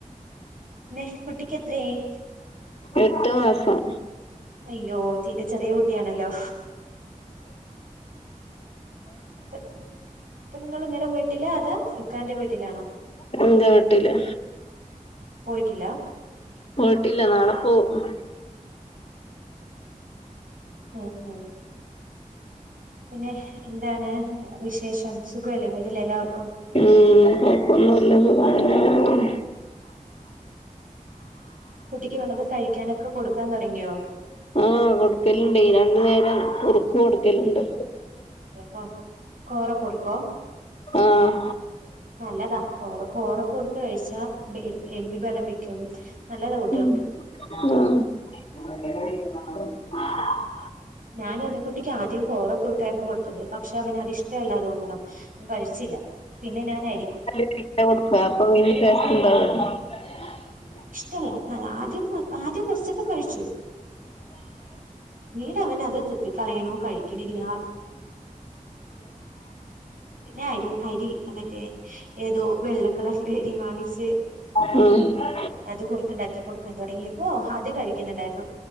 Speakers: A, on the right; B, on the left.
A: ന്നെ കുട്ടിക്ക് എത്രയായി?
B: എട്ട് മാസം.
A: അയ്യോ തീരെ ചെറിയ കുട്ടിയാണല്ലോ. ത്ത ഇപ്പ നിങ്ങളിങ്ങടെ വീട്ടിലാ അതാ ഇക്കാന്റെ വീട്ടിലാണോ?
B: ഇൻ്റെ വീട്ടില്.
A: പോയിട്ടില്ലാ?
B: പോയിട്ടില്ല. നാളെ പോവും.
A: ഉം ഉം പിന്നെ എന്താണ് വിശേഷം. സുഖമല്ലേ വീട്ടിൽ എല്ലാവർക്കും?
B: ഉം കൊഴപ്പൊന്നൂല്ലാ സുഖാണ്.
A: കുട്ടിക്ക് വല്ലതും കഴിക്കാനൊക്കെ കൊടുക്കാൻ തുടങ്ങിയോ?
B: ആഹ് കൊടുക്കല്ണ്ടേ. രണ്ട് നേരം കുറുക്ക് കൊടുക്കല്ണ്ട്.
A: ആഹ് കോറക്കുറുക്കോ
B: ആഹ്.
A: നല്ലതാ <unintelligible> കോറപ്പുർക്ക് കഴിച്ചാ ദ് എ എല്ല് ബലം വെക്കും. നല്ലതാ കുട്ടികൾക്ക്
B: ഉം ആഹ്
A: ഞാൻ എന്റെ കുട്ടിക്ക് ആദ്യം കോരക്കൂറ്ക്കാരുന്നു കൊടുത്തത് പക്ഷേ അവനത് ഇഷ്ടവല്ലാ തോന്നണു കഴിച്ചില്ല പിന്നെ നാന് അ
B: <unintelligible> കൊടുക്കാ അപ്പോ പിന്നെ ടേസ്റ്റ് ഉണ്ടാ <unintelligible>
A: ഇഷ്ടല്ല ആദ്യം ആദ്യം കൊച്ചക്കെ കഴിച്ചു ന്നിട്ട് അവനത് തുപ്പിക്കളയണു കഴിക്കണില്ല പിന്നെ അരി അരി മറ്റേ ഏതോ വെള്ളക്കളറിലേ അരി വാങ്ങിച്ച്
B: ഉം ഉം
A: അത് കുറ്ക്കിണ്ടാക്കി കൊടുക്കാൻ തൊടങ്ങിപ്പോ അത് കഴിക്കുന്നുണ്ടാരുന്നു